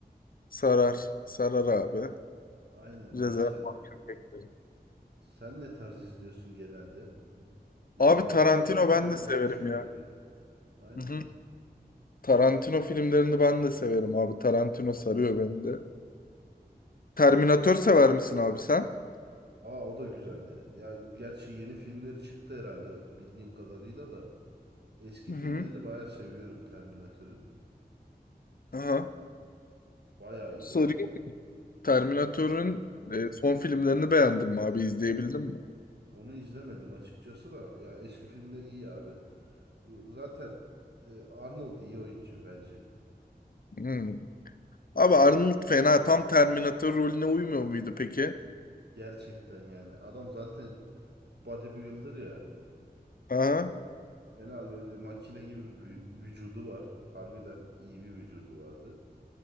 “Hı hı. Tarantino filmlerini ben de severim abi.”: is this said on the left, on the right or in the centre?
Left